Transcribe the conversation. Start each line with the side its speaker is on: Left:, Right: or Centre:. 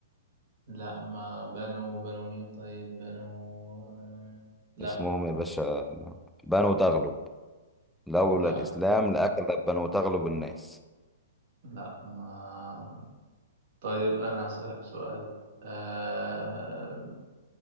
Right: لا ما بنو بنو مين طيب بنو آه، لا
Centre: اسمهم يا باشا بنو تغلب لولا
Right: لا
Centre: الإسلام لأكلت بنو تغلب الناس
Right: لا ما طيب أنا هسألك سؤال آه...